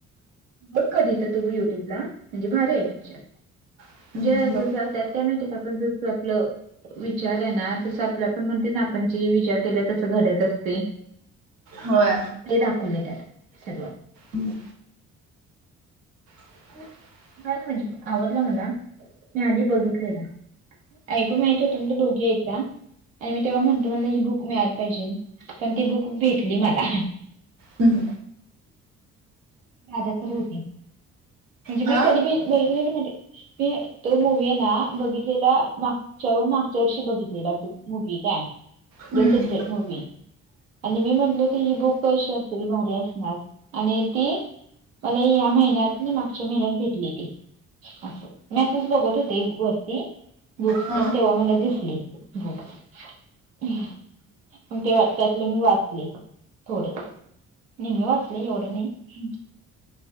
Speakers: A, on the right; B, on the right.
A: बघ कधीतर तू युट्यूब ला. म्हणजे भारी आहे पिक्चर,
B: हम्म
A: म्हणजे असं त्यात काय माहितीय का, आपण जसं आपलं- विचार आहे ना, तसं आपल्या आपण म्हणतय ना आपण जे विचार केला तसं घडत असतय.
B: होय
A: ते दाखवलय त्यात, सगळं.
B: हम्म. <inaudible>
A: बर म्हणजे आवडला मला, मी आधी बघितलेला. ऐकून माहिती होतं म्हणजे दोघी एकदा- आणि मी तेव्हा म्हणलं मला ही बुक मिळायला पाहिजेल, पण ती बुक भेटली मला.
B: हं.
A: दादाकडं होती, म्हणजे मी
B: हा
A: कधी बघितलेली माहितय मी तो मूवी आहे ना, बघितलेला माग शेवण मागच्या वर्षी बघितलेला तो मूवी काय.
B: हम्म
A: द सिक्रेट मूवी, आणि मी म्हटलो ते ही बुक कशी असेल भारी असणार. आणि ती, मला या महिन्यात नाही मागच्या महिन्यात भेेटली ती. असं, मेसेज बघत होते वरती. बुक्स
B: हा.
A: तेन तेव्हा मला दिसली बुक्स. मग तेव्हा, त्यातलं मी वाचले थोडं, निम्म वाचलय एवढं नाही.